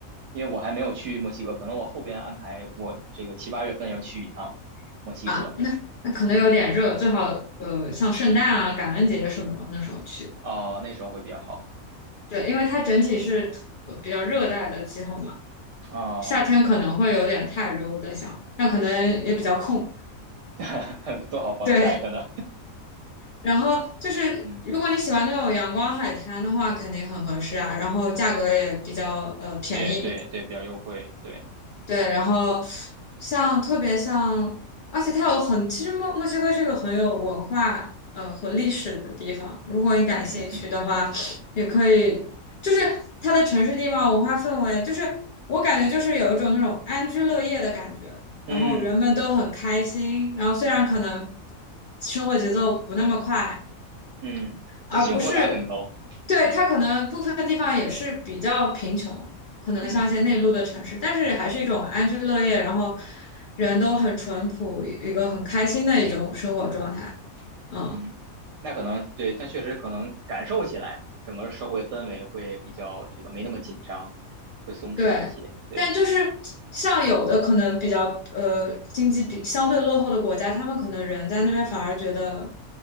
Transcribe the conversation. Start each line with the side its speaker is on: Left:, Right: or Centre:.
Right: 因为我还没有去墨西哥，可能我后边安排我这个七八月份要去一趟墨西哥，
Left: 啊。那那可能有点热，最好呃像圣诞啊、感恩节什么的那时候去，
Right: 哦，那时候会比较好，
Left: 对，因为它整体是呃比较热带的气候嘛，
Right: 哦，
Left: 夏天可能会有点太热，我在想，那可能也比较空，
Right: <laughs> 做好防晒可能，
Left: 对。然后就是，
Right: 嗯，
Left: 如果你喜欢那种阳光海滩的话，肯定很合适啊。然后价格也比较呃便宜，
Right: 对对对，比较优惠，对，
Left: 对。然后像特别像，而且它有很，其实墨墨西哥是个很有文化呃和历史的地方。如果你感兴趣的话，
Right: 嗯
Left: 也可以，就是它的城市地貌、文化氛围，就是我感觉就是有一种那种安居乐业的感觉。然后人们都很开心，
Right: 嗯
Left: 然后虽然可能生活节奏不那么快。
Right: 嗯，这幸福感很高，
Left: 而不是，对，
Right: 对，
Left: 它可能部分地方也是比较贫穷，可能像一些内陆的城市，
Right: 嗯
Left: 但是还是一种安居乐业，然后人都很淳朴，一个很开心的一种生活状态。嗯。
Right: 嗯，那可能对，但确实可能感受起来，整个社会氛围会比较这个没那么紧张，会松弛一些，
Left: 对，
Right: 对，
Left: 但就是像有的可能比较呃经济比相对落后的国家，他们可能人在那边反而觉得，